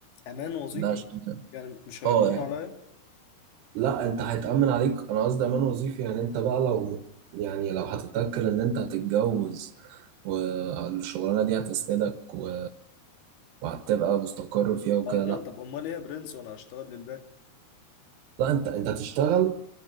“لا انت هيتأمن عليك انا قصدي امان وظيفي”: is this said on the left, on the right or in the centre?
Right